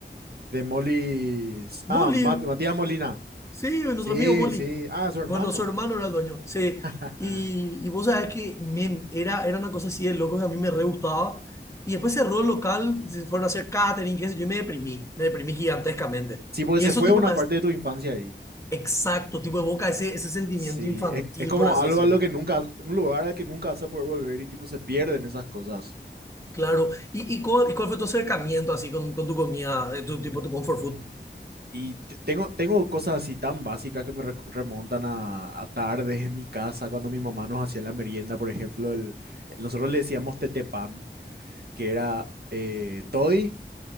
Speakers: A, on the right; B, on the left.
A: De Molis.
B: Molly
A: Ah, Mat- Matías Molina.
B: Sí, nuestro
A: Sí,
B: amigo Molly.
A: sí. Ah, su hermano.
B: Bueno, su hermano era el dueño. Sí.
A: <laughs>
B: Y, y vos sabés que men, era, era una cosa así de loco que a mí me re gustaba. Y después cerró el local, se fueron a hacer catering, qué sé yo, y me deprimí. Me deprimí gigantescamente.
A: Sí, porque
B: Y
A: se
B: eso,
A: fue
B: tipo,
A: una
B: me
A: parte
B: hace-
A: de tu infancia ahí.
B: exacto, tipo, evoca ese, ese sentimiento
A: Sí,
B: infantil,
A: es, es como
B: por así
A: algo
B: decir
A: a lo que nunca, un lugar al que nunca vas a poder volver y tipo se pierden esas cosas.
B: Claro. ¿Y, y, cuál, y cuál fue tu acercamiento así con, con tu comida, eh, tu, tipo, tu comfort food?
A: Y te- tengo, tengo cosas así tan básicas que me reco- remontan a, a tardes en mi casa, cuando mi mamá nos hacía la merienda, por ejemplo, el, nosotros le decíamos tetepán que era eh, toddy,